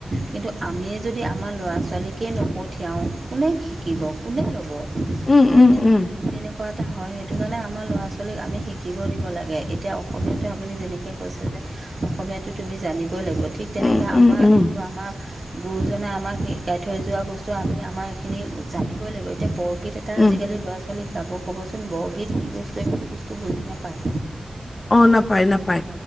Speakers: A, on the right; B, on the left.
A: কিন্তু, আমিয়ে যদি- যদি আমাৰ ল'ৰা ছোৱালীকেই নপঠিয়াওঁ, কোনে শিকিব, কোনে ল'ব?
B: উম, উম,
A: তেনে
B: উম,
A: তেনেকুৱা এটা হয় সেইটো কাৰণে আমাৰ ল'ৰা ছোৱালীক আমি শিকিবও দিব লাগে এতিয়া অসমীয়াটো আপুনি যেনেকে কৈছে যে অসমীয়াটো তুমি জানিবই লাগিব থিক তেনেকে
B: উম, উম,
A: আমাৰ
B: উম,
A: এইটো আমাৰ <unintelligible> মানে আমাক শিকাই থৈ যোৱা বস্তু আমি আমাৰ এইখিনি জানিবই লাগিব এতিয়া বৰগীত এটা
B: উম,
A: আজিকালি ল'ৰা ছোৱালী ল' ছালী গাব ক'বচোন বৰগীত কি বস্তু এইবিলাক বস্তু বুজি নাপায়।
B: অ নাপায় নাপায়